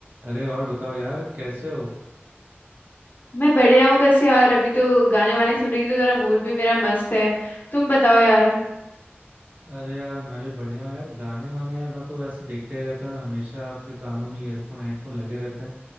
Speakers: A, on the right; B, on the left.
A: अरे और बताओ यार कैसे हो
B: मैं बढ़िया हूँ बस यार अभी तो गाने वाने सुन रही थी तो जरा मूड भी मेरा मस्त है तुम बताओ यार
A: अरे यार मैं भी बढ़िया हूँ यार गाने वाने यार मैं तो वैसे देखते ही रहता हूँ यार हमेशा आपके कानों में ईयरफोन हेडफोन लगे रहते हैं